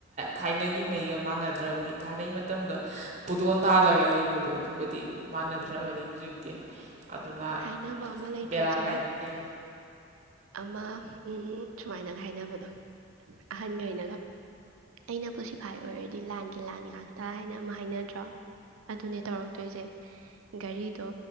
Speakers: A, on the right (about 35°); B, on the right (about 80°).
A: ꯊꯥꯏꯅꯒꯤ ꯃꯩꯒ ꯃꯥꯟꯅꯗ꯭ꯔꯕꯅꯤ ꯊꯥꯏꯅꯩ ꯃꯇꯝꯗ ꯄꯨꯗꯣꯟ ꯊꯥꯜꯂꯒ ꯂꯩꯕꯗꯣ ꯑꯗꯨꯒꯗꯤ ꯃꯥꯟꯅꯗ꯭ꯔꯕꯅꯤ ꯍꯧꯖꯤꯛꯇꯤ꯫ ꯑꯗꯨꯅ
B: ꯍꯥꯏꯅꯕ ꯑꯃ ꯂꯩꯇ꯭ꯔꯣ
A: ꯕꯦꯔꯥꯒꯥꯏ
B: ꯆꯦ
A: ꯂꯩ
B: ꯑꯃ ꯁꯨꯃꯥꯏꯅꯒ ꯍꯥꯏꯅꯕꯗꯣ ꯑꯍꯟꯒꯩꯅꯒ ꯑꯩꯅꯄꯨ ꯁꯤꯐꯥꯏ ꯑꯣꯏꯔꯗꯤ ꯂꯥꯟꯒꯤ ꯂꯥꯟ ꯉꯥꯛꯇ ꯍꯥꯏꯅ ꯑꯃ ꯍꯥꯏꯅꯗ꯭ꯔꯣ ꯑꯗꯨꯅꯦ ꯇꯧꯔꯛꯇꯣꯏꯁꯦ ꯒꯥꯔꯤꯗꯣ